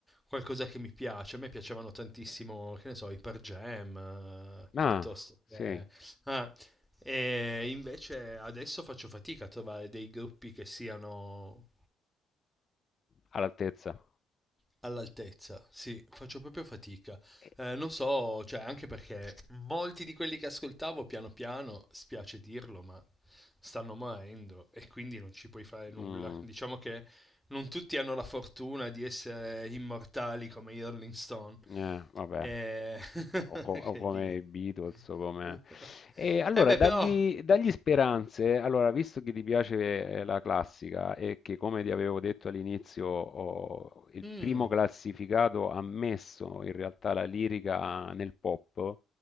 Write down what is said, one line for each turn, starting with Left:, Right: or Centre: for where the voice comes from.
Centre: qualcosa che mi piace. A me piacevano tantissimo, che ne so, i Per Jam, eh, piuttosto
Left: Ah, sì,
Centre: che... eh, e invece adesso faccio fatica a trovare dei gruppi che siano
Left: all'altezza.
Centre: all'altezza. Sì, faccio proprio fatica.
Left: E
Centre: Eh, non so, cioè, anche perché molti di quelli che ascoltavo piano piano, spiace dirlo, ma stanno morendo e quindi non ci puoi fare nulla.
Left: Mh,
Centre: <laughs> Diciamo che non tutti hanno la fortuna di essere immortali come i Rolling Stone.
Left: eh, vabbè,
Centre: E... <laughs>
Left: o co o
Centre: che
Left: come
Centre: lì.
Left: i Beatles o come
Centre: <laughs>
Left: e allora
Centre: Eh beh,
Left: dagli
Centre: però.
Left: dagli speranze. Allora, visto che ti piace, ehm, la classica e che come ti avevo detto all'inizio, ho il
Centre: mm,
Left: primo classificato ha messo in realtà la lirica nel pop,